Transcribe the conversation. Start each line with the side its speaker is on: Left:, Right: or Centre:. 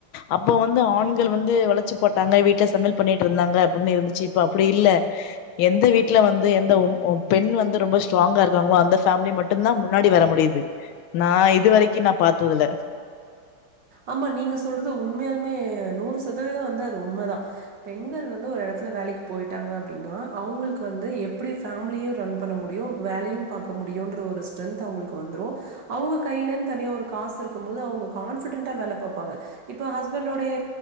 Left: அப்ப வந்து ஆண்கள் வந்து வளைச்சு போட்டாங்க வீட்டுல சமையல் பண்ணிட்டு இருந்தாங்க அப்படின்னு இருந்துச்சு இப்ப அப்படி இல்ல எந்த வீட்டுல வந்து எந்த பெண் வந்து ரொம்ப ஸ்ட்ராங்கா இருக்காங்களோ அந்த பேமிலி மட் மட்டும்தா முன்னாடி வர முடியுது நான் இது வரைக்கும் நான் பாத்ததுல
Right: ஆமா நீங்க சொல்றது உண்மையாலுமே நூறு சதவீதம் வந்து அது உண்மதான் பெண்கள் வந்து ஒரு இடத்துல வேலைக்கு போயிட்டாங்க அப்டின்னா அவங்களுக்கு வந்து எப்படி ஃபேமிலியும் ரன் பண்ண முடியும் வேலையும் பாக்க முடியும்ன்ற ஒரு ஸ்டெந்த் அவங்களுக்கு வந்துரும் அவங்க கையிலன் தனியா ஒரு காசு இருக்கும் போது அவங்க கான் கான்பிடண்டா வேலை பார்பாங்க இப்ப ஹஸ்பண்டோடைய